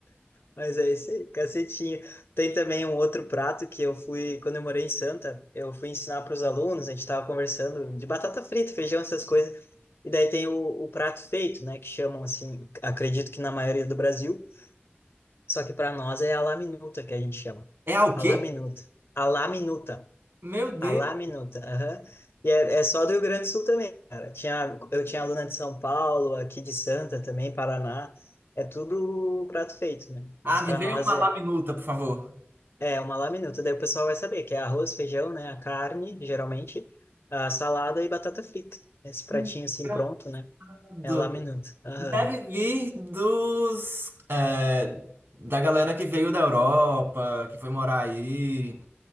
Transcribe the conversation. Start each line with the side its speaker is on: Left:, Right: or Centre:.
Left: Mas é isso aí, cacetinho. Tem também um outro prato que eu fui, quando eu morei em Santa, eu fui ensinar para os alunos, a gente tava conversando de batata frita, feijão, essas coisas. E daí tem o, o prato feito, né? Que chamam assim, acredito que na maioria do Brasil. Só que para nós é a la minuta que a gente chama.
Right: É ao quê?
Left: A la minuta. A la minuta.
Right: Meu Deus.
Left: A la minuta. aham. E é, é só do Rio Grande do Sul também, cara. Tinha, eu tinha aluna de São Paulo, aqui de Santa também, Paraná. É tudo prato feito, né?
Right: Ah,
Left: Mas
Right: me
Left: para
Right: veio
Left: nós
Right: uma
Left: é,
Right: laminuta, por favor.
Left: é uma la minuta. Daí o pessoal vai saber que é arroz, feijão, né? A carne, geralmente, a salada e batata frita. Esse pratinho
Right: Que
Left: assim pronto, né?
Right: Engraçado.
Left: É a la minuta. Aham.
Right: Deve vir dos, é, da galera que veio da Europa, que foi morar aí,